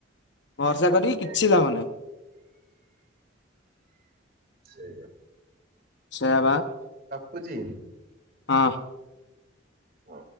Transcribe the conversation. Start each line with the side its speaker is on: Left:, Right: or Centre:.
Left: ଭରସା
Right: ହଁ
Left: କରିକି କିଛି ଲାଭ ନାହିଁ।
Right: <inaudible> ସେଇଆ।
Left: ସେଇଆ ବା।
Right: ଖୁଜି
Left: ହଁ।
Right: ହଉ।